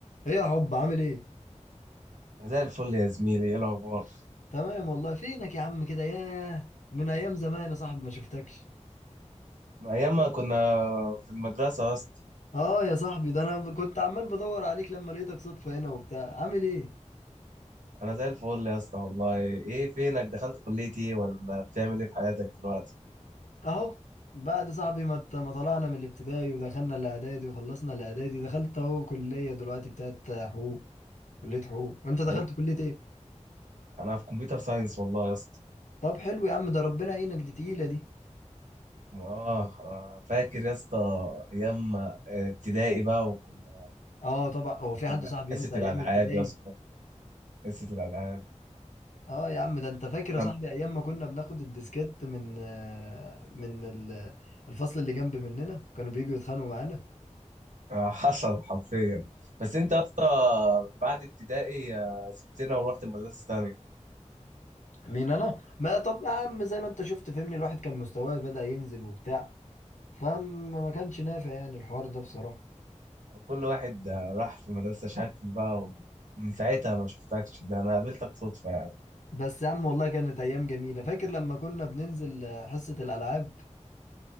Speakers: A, on the left (about 80°); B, on the right (about 85°).
A: ايه يا حب عامل ايه
B: زي الفل يا زميلي ايه الاخبار
A: تمام والله فينك يا عم كده ياه من ايام زمان يا صاحبي ما شفتكش
B: ما ايام ما كنا في المدرسه يا اسطى
A: اه يا صاحبي ده انا كنت عمال بدور عليك لما لقيتك صدفة هنا وبتاع عامل ايه
B: انا زي الفل يا اسطى والله ايه فينك دخلت كليه ايه ولا بتعمل ايه في حياتك دلوقتي
A: اهو بعد صاحبي ما ت- ما طلعنا من الابتدائي ودخلنا الاعدادي وخلصنا الاعدادي دخلت اهو كلية دلوقتي بتاعت حقوق كلية حقوق وانت دخلت
B: اهو
A: كلية ايه
B: انا في كمبيوتر ساينس والله يا اسطى
A: طب حلو يا عم ده ربنا يعينك دي تقيلة دي
B: اه آه، فاكر يا اسطى ايام ما- آه، ابتدائي بقى وكنا
A: اه طبعا هو في
B: في
A: حد صاحبي
B: حصه
A: ينسى ايام
B: الالعاب
A: ابتدائي
B: يا اسطى حصه الالعاب
A: اه يا عم ده انت فاكر يا
B: نعم،
A: صاحبي ايام ما كنا بناخد الديسكات من آه، من ال- الفصل اللي جنب مننا كانوا بييجوا يتخانقوا معانا
B: آه، <laughs> حصل حرفيا بس انت يا اسطى بعد ابتدائي آه، سبتنا ورحت المدرسه الثانيه
A: مين انا ما طب يا عم زي ما انت شفت فهمني الواحد كان مستواه بدأ ينزل وبتاع فما كانش نافع يعني الحوار ده بصراحة
B: كل واحد راح في مدرسة شكل بقى ومن ساعتها ما شفتكش ده أنا قابلتك صدفة يعني
A: بس يا عم والله كانت ايام جميلة فاكر لما كنا بننزل آه، حصة الالعاب